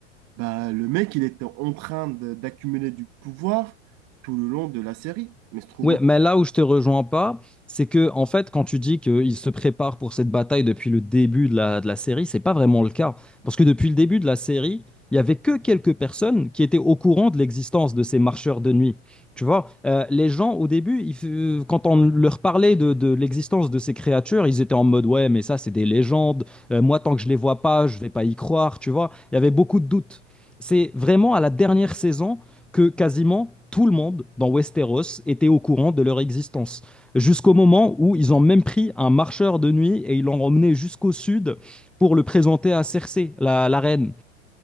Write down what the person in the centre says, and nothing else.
Oui, mais là où je te rejoins pas, c'est que en fait, quand tu dis qu'ils se préparent pour cette bataille depuis le début de la, de la série, c'est pas vraiment le cas. Parce que depuis le début de la série, il y avait que quelques personnes qui étaient au courant de l'existence de ces marcheurs de nuit. Tu vois, euh, les gens au début, ils f- euh, quand on leur parlait de, de l'existence de ces créatures, ils étaient en mode ouais, mais ça c'est des légendes. Euh, moi, tant que je les vois pas, je vais pas y croire. Tu vois, il y avait beaucoup de doutes. C'est vraiment à la dernière saison que quasiment tout le monde dans Westeros était au courant de leur existence. Jusqu'au moment où ils ont même pris un marcheur de nuit et ils l'ont emmené jusqu'au sud pour le présenter à Cersei, la, la reine.